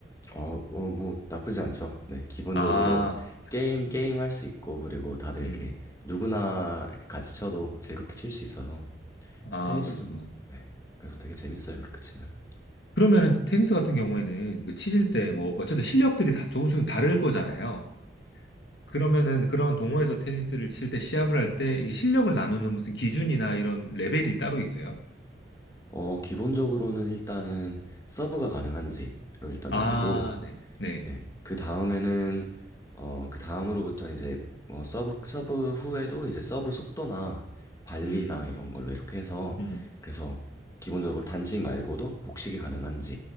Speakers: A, on the left; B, on the left.
A: 어, 어, 뭐, 나쁘지 않죠. 네, 기본적으로
B: 아,
A: 게임, 게임
B: 음.
A: 할 수 있고, 그리고 다들 이렇게
B: 음.
A: 누구나 이렇게 같이 쳐도 즐겁게 칠 수 있어서, 스테니스도,
B: 아, 그러시구나.
A: 네, 그래서 되게 재밌어요, 그렇게 치면은.
B: 그러면은 테니스 같은 경우에는 그 치실 때 뭐 어쨌든 실력들이 다 조금씩 다를 거잖아요. 그러면은 그런 동호회에서 테니스를 칠 때 시합을 할 때 이 실력을 나누는 무슨 기준이나 이런 레벨이 따로 있어요?
A: 어, 기본적으로는 일단은 서브가 가능한지를 일단
B: 아,
A: 나누고,
B: 네. 네.
A: 네. 그 다음에는 어, 그 다음으로부터는 이제 어, 서브 서브 후에도 이제 서브 속도나 발리나
B: 음.
A: 이런 걸로 이렇게 해서
B: 음.
A: 그래서 기본적으로 단식 말고도 복식이 가능한지